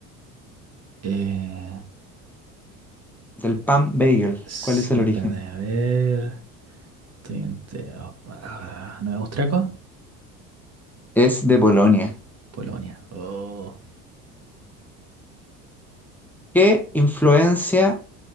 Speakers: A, on the right; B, in the centre.
A: eh,
B: del pan bagel?
A: sí,
B: ¿Cuál es el origen?
A: espérate, a ver, estoy entre, oh, ah, Nueva Austriaco,
B: Es de Polonia.
A: Polonia. Oh,
B: ¿Qué influencia